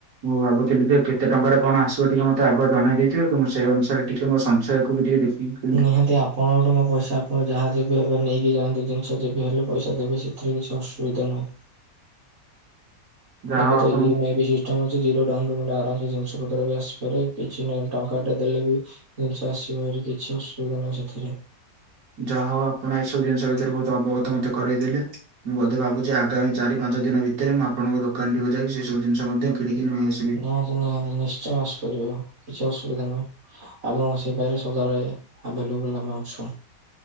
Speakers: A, on the right; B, on the right.
A: ମୁଁ ଭାବୁଥିଲି ଯେ କେତେ ଟଙ୍କାରେ କଣ ଆସିବ ଟିକେ ମୋତେ ଆଗୁଆ ଜଣେଇ ଦେଇଥିବେ କି ମୁଁ ସେଇ ଅନୁସାରେ ଟିକେ ମୋ ସଂସୟକୁ ବି ଟିକେ ଦେଖିବି।
B: ନିହାତି ଆପ କଣ ଟଙ୍କା ପଇସା ଆପଣ ଯାହା ଯେବେ ହେବେ ନେଇକି ଯାଆନ୍ତି ଜିନିଷ ଯେବେ ହେଲେ ପଇସା ଦେବେ ସେଥିରେ କିଛି ଅସୁବିଧା ନାହିଁ।
A: ଯାହା
B: ଏବେ
A: ହଉ ଆପଣ
B: ତ ୟୁମିଆଇ ବିଶିଷ ଟ ଜିରୋ ଡାଉନ ପେମେଣ୍ଟ ଆରାମସେ ଜିନିଷପତ୍ର ବି ଆସିପାରେ କିଛି ନା ଟଙ୍କାଟା ଦେଲେ ବି ଜିନିଷ ଆସିବ ହେରି କିଛି ଅସୁବିଧା ନାହିଁ ସେଥିରେ।
A: ଯାହା ହଉ ଆପଣ ଏଇସବୁ ଜିନିଷ ଭିତରେ ବହୁତ ଅବଗତ ମତେ କରଇଦେଲେ। ମୁଁ ବୋଧେ ଭାବୁଛି ଆଗାମୀ ଚାରି ପାଞ୍ଚ ଦିନ ଭିତରେ ମୁଁ ଆପଣଙ୍କ ଦୋକାନ କୁ ଯାଇକି ସେ ସବୁ ଜିନିଷ ମଧ୍ୟ କିଣିକି ନେଇ ଆସି
B: ନିହାତି ନିହାତି ନିଶ୍ଚୟ ଆସିପାରିବେ କିଛି ଅସୁବିଧା ନୁହଁ। ଆପଣଙ୍କ ସେବାରେ ସଦାବେଳେ ଅଭେଲେବୁଲ ଆମେ ଅଛୁ।